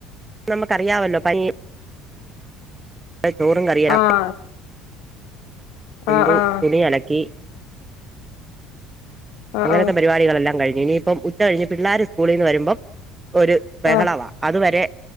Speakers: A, on the right (about 15°); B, on the left (about 75°).
A: നമുക്കറിയാമല്ലോ പനി അ ചോറും കറിയാം
B: ആഹ്
A: ഉം
B: ആഹ്
A: ന്തു
B: ആഹ്
A: തുണി അലക്കി
B: ആഹ്
A: അങ്ങനത്തെ
B: ആഹ്
A: പരിപാടികളെല്ലാം കഴിഞ്ഞു ഇനിയിപ്പം ഉച്ച കഴിഞ്ഞ് പിള്ളാര് സ്കൂളിന്ന് വരുമ്പം ഒര് ബഹളവാ
B: ആഹ്
A: അതുവരെ